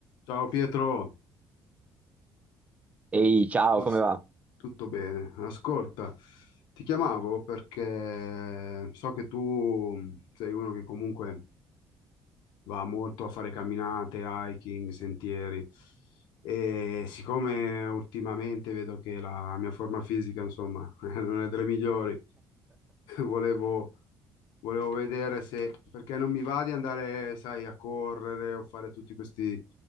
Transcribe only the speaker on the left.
Ciao Pietro,
Asco-
tutto bene? Ascolta, ti chiamavo perché so che tu mm, sei uno che comunque va molto a fare camminate, hiking, sentieri e siccome ultimamente vedo che la mia forma fisica, insomma, <laughs> non è delle migliori <laughs> volevo, volevo vedere se, perché non mi va di andare, sai, a correre o fare tutti questi